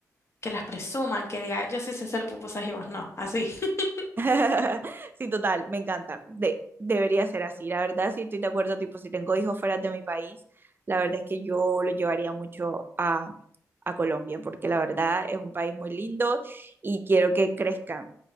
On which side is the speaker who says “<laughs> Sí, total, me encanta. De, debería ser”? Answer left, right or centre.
Right